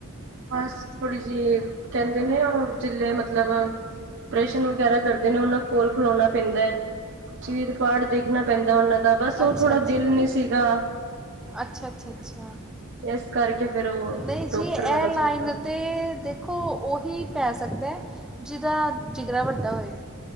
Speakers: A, on the right; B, in the centre.
A: ਬਸ ਥੋੜ੍ਹੀ ਜਿਹੀ ਕਹਿੰਦੇ ਨੇ ਉਹ ਜੇ ਮਤਲਬ ਜੋ ਓਪਰੇਸ਼ਨ ਵਗੈਰਾ ਕਰਦੇ ਨੇ, ਉਹਨਾਂ ਕੋਲ ਖਲੋਣਾ ਪੈਂਦਾ, ਚੀਰ-ਫਾੜ ਦੇ। ਦੇਖਣਾ ਪੈਂਦਾ ਉਹਨਾਂ ਦਾ ਬਸ
B: ਅੱਛਾ
A: ਉਹ ਥੋੜਾ
B: ਜੀ
A: ਦਿਲ ਨੀ ਸੀਗਾ
B: ਅੱਛਾ ਅੱਛਾ,
A: ਇਸ ਕਰਕੇ ਫੇਰ ਉਹ
B: ਨਹੀਂ
A: ਡਾਕਟਰ
B: ਜੀ ਆਹ।
A: ਵਾਲਾ
B: ਇਹ ਲਾਈਨ
A: ਸੁਪਨਾ
B: ਉੱਤੇ ਤੇ ਦੇਖੋ, ਉਹੀ ਪੈ ਸਕਦਾ ਜਿਹਦਾ ਜਿਗਰਾ ਵੱਡਾ ਹੋਏ।